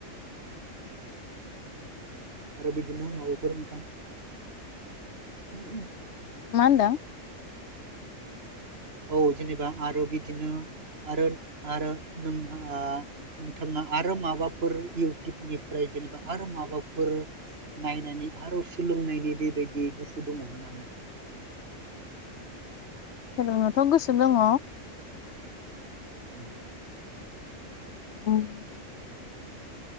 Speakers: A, on the right; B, on the left.
A: आरो बिदिनो माबाफोर नोंथां <unintelligible>
B: मा होनदों
A: औ जेनेबा आरो बिदिनो आरो आरो नों नोंथांङा आरो माबाफोर इउटुबनिफ्राय जेनेबा आरो माबाफोर नायनायनि आरो सोलोंनायनि बेबायदि गोसो दङ नामा नोंथांहा
B: सोलोंनोथ गोसो दङ
A: उम
B: उम